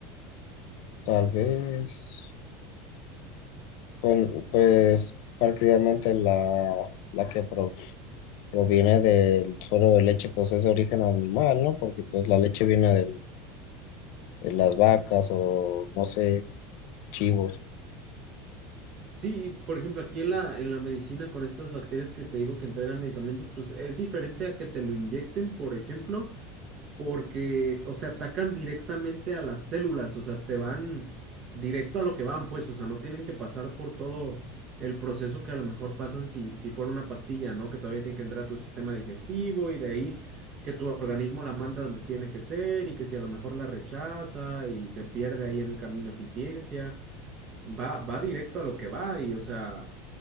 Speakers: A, on the left; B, on the right.
A: Tal vez, con, pues, prácticamente la, la que pro- proviene del suero de leche, pues es de origen animal, ¿no? Porque, pues, la leche viene del- de las vacas o, no sé, chivos.
B: Sí, y, por ejemplo, aquí en la, en la medicina con estas bacterias que te digo que entregan medicamentos, pues es diferente a que te lo inyecten, por ejemplo, porque, o sea, atacan directamente a las células, o sea, se van directo a lo que van, pues, o sea, no tienen que pasar por todo el proceso que a lo mejor pasan si, si fuera una pastilla, ¿no? Que todavía tiene que entrar a tu sistema digestivo y de ahí que tu organismo la manda donde tiene que ser y que si a lo mejor la rechaza y se pierde ahí en el camino eficiencia. Va, va directo a lo que va y, o sea,